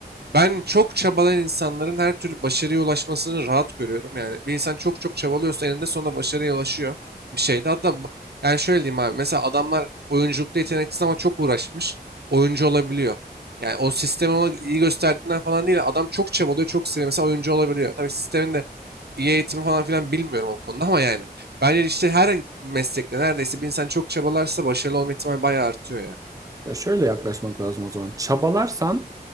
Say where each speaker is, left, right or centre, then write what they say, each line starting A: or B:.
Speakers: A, on the right; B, on the right.
A: ben çok çabalayan insanların her türlü başarıya ulaşmasını rahat görüyorum. Yani bir insan çok çok çabalıyorsa eninde sonunda başarıya ulaşıyor bir şeyde. Hatta bu- yani şöyle diyeyim abi. Mesela adamlar oyunculukta yeteneksiz ama çok uğraşmış. Oyuncu olabiliyor. Yani o sistemi ona iyi gösterdiğinden falan değil. Adam çok çabalıyor, çok seviyor. Mesela oyuncu olabiliyor. Tabii sistemin de iyi eğitimi falan filan bilmiyorum o konuda ama yani. Bence işte her meslekte neredeyse bir insan çok çabalarsa başarılı olma ihtimali bayağı artıyor ya.
B: Ya şöyle yaklaşmak lazım o zaman. Çabalarsan